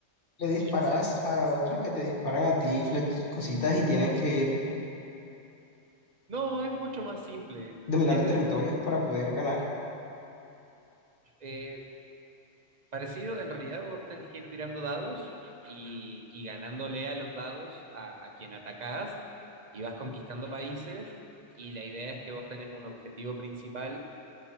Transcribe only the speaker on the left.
le disparas
a otros que te disparan a ti flech- cositas y tienes que ir
dominando
territorios para poder ganar.